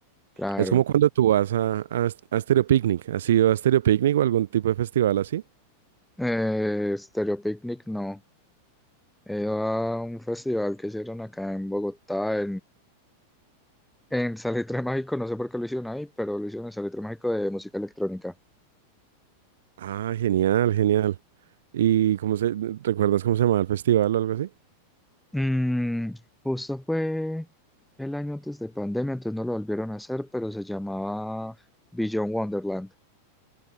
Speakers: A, in the centre; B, on the right.
A: claro.
B: Es como cuando tú vas a, a, a Stereo Picnic. ¿Has ido a Stereo Picnic o algún tipo de festival así?
A: Eh, Stereo Picnic no. Era un festival que hicieron acá en Bogotá En Salitre Mágico, no sé por qué lo hicieron ahí, pero lo hicieron en Salitre Mágico de música electrónica.
B: Ah, genial, genial. ¿Y cómo se, recuerdas cómo se llamaba el festival o algo así?
A: Mm, justo fue el año antes de pandemia, entonces no lo volvieron a hacer, pero se llamaba Beyond Wonderland.